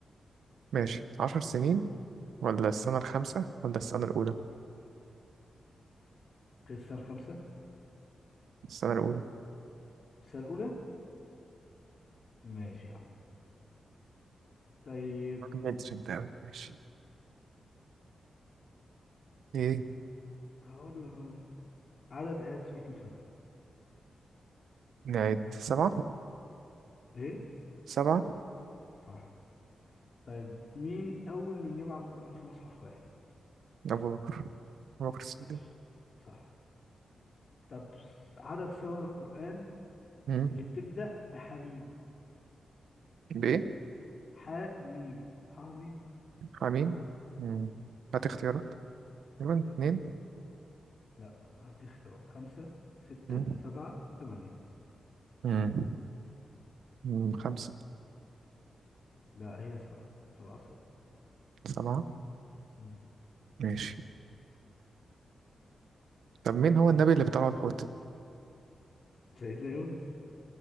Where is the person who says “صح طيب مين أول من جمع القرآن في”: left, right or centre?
Left